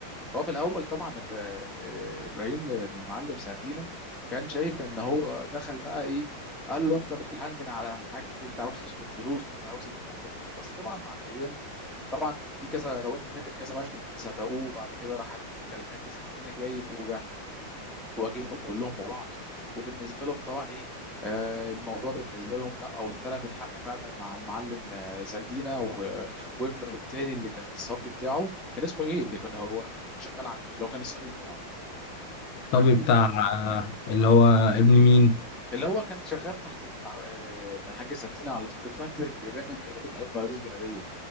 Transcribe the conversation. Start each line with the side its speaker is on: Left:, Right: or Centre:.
Centre: هو في الاول طبعا ب- آه، ابراهيم بن معلم سردينه كان شايف ان هو دخل بقى ايه قال له انت بتحنجن على الحاج انت عاوز تسلط فلوس انت عاوز الكلام ده كله بس طبعا مع الايام طبعا في كذا لو انت فاكر كذا مشهد سرقوه وبعد كده راح الحاج سردينه جايب وجرح واجههم كلهم وبعض وبالنسبه لهم طبعا ايه آه الموضوع بالنسبه لهم لا او ثلاث الحق فعلا مع المعلم آه سردينا و- وابنه التاني اللي كان الصبي بتاعه كان اسمه ايه اللي كان هو كان شغال عنده اللي هو كان الصبي بتاعه
Left: طبيب
Centre: فاكره
Left: بتاع آه، اللي هو ابن مين
Centre: اللي هو كان شغال تحت ابن الع- آه، ابن الحاج سردينا على طول كان شغال كده بيرمي جلابيه الائمه ولابس جلابيه